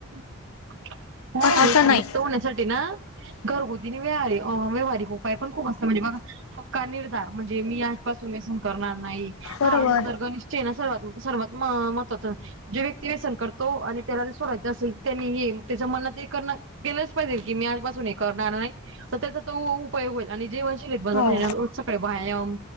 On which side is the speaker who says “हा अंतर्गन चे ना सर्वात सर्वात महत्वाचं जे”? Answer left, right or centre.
Right